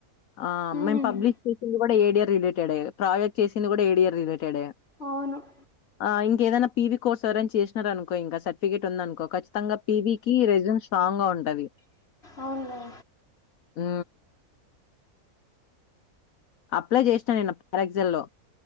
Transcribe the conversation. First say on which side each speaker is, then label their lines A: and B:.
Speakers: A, on the left (about 65°); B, on the left (about 40°).
A: ఆ
B: ఉమ్,
A: మేము పబ్లిష్ చేసింది కూడా ఏడియర్ రిలేటెడే ప్రాజెక్ట్ చేసింది కూడా ఏడియర్ రిలేటెడే
B: అవును
A: ఆ ఇంక ఏదైనా పివి కోర్స్ ఎవరైనా చేసినార అనుకో ఇంకా సర్టిఫికేట్ ఉంది అనుకో చ్చితంగా పీవకి రెజంముస్ట్రాంగ్ గా ఉంట ఉంటది
B: అవునులే
A: హు అప్లై చేసినా నేను పరేగ్జల్ లో